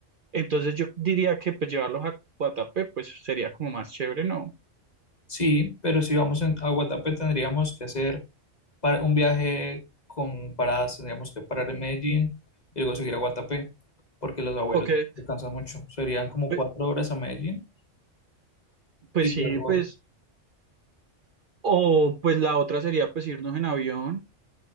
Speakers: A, on the right (about 50°); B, on the left (about 35°).
A: Entonces yo diría que pues llevarlos a Guatapé pues sería como más chévere, ¿no?
B: Sí, pero si vamos en- a Guatapé tendríamos que hacer para un viaje con paradas, tendríamos que parar en Medellín y luego seguir a Guatapé, porque los abuelos
A: O que,
B: descansan mucho. Serían como
A: pe-
B: cuatro horas a Medellín
A: pues
B: y luego
A: sí, pues, o pues la otra sería pues irnos en avión.